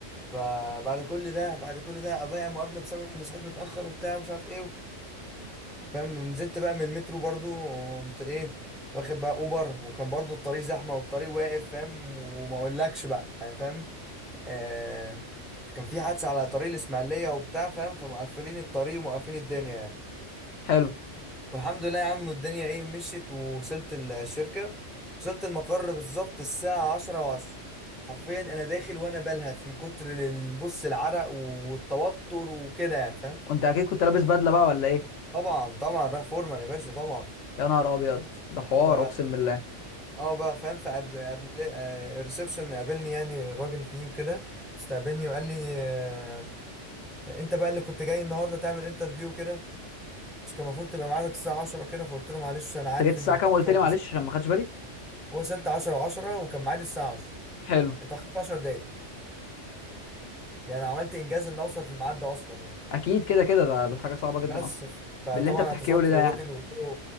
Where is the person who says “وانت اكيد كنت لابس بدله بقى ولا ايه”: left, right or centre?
Left